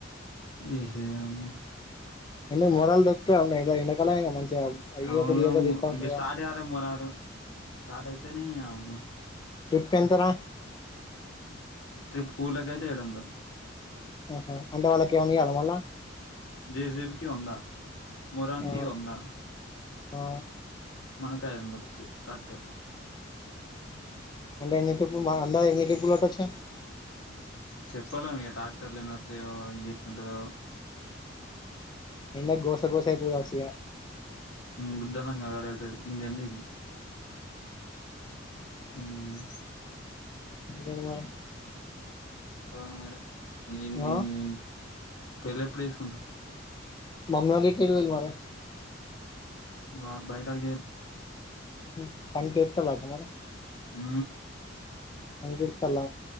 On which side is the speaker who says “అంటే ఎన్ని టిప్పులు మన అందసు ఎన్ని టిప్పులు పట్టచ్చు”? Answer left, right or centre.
Left